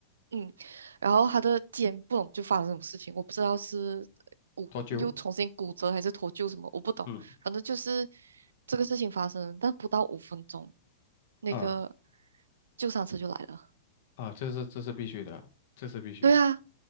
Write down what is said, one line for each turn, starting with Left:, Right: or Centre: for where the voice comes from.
Right: 嗯，然后他的肩不懂就发生什么事情，我不知道是骨又重新骨折还是脱臼什么，
Left: 多久？
Right: 我不懂。
Left: 嗯
Right: 反正就是这个事情发生，但不到五分钟，那个
Left: 啊
Right: 救伤车就来了。
Left: 啊，这是这是必须的，这是必须的。
Right: 对啊，